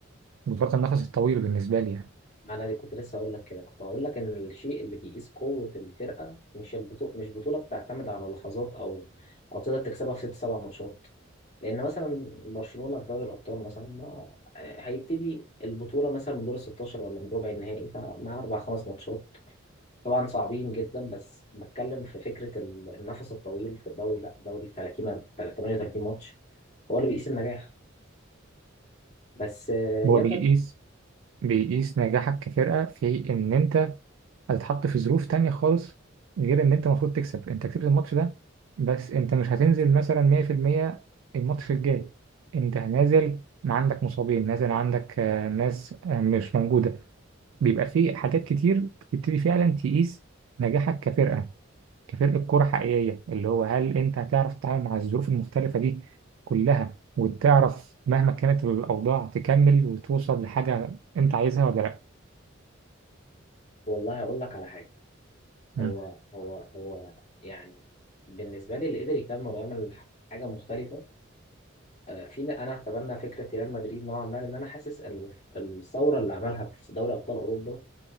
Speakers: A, on the right; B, on the left.
A: بطولات النفس الطويل بالنسبة لي يعني
B: أنا دي كنت لسه أقول لك كده كنت هقول لك إن الشيء اللي بيقيس قوة الفرقة مش البطولة مش بطولة بتعتمد على لحظات أو أو تقدر تكسبها في ست سبع ماتشات لان مثلا برشلونه في دوري الابطال مثلا ما هيبتدي البطوله مثلا من دور ال 16 ولا من ربع النهائي فمع اربع خمس ماتشات طبعا صعبين جدا بس بتكلم في فكره ال- النفس الطويل في الدوري لا الدوري 30 تل- 38 ماتش هو اللي بيقيس النجاح بس آه، ريال
A: هو بيقيس
B: مدريد
A: بيقيس نجاحك كفرقة في إن أنت هتتحط في ظروف تانية خالص غير إن أنت المفروض تكسب أنت كسبت الماتش ده بس أنت مش هتنزل مثلا 100% الماتش الجاي أنت نازل ما عندك مصابين نازل عندك آه، ناس آه، مش موجودة بيبقى في حاجات كتير بتبتدي فعلا تقيس نجاحك كفرقة كفرقة كورة حقيقية اللي هو هل أنت هتعرف تتعامل مع الظروف المختلفة دي كلها وتعرف مهما كانت الأوضاع تكمل وتوصل لحاجة أنت عايزها ولا لأ؟
B: والله هقول لك على حاجه
A: مم.
B: هو هو هو يعني بالنسبه لي اللي قدر يكمل ويعمل حاجه مختلفه آه، في انا هتبنى فكره ريال مدريد نوعا ما لان انا حاسس ال- الثوره اللي عملها في دوري ابطال اوروبا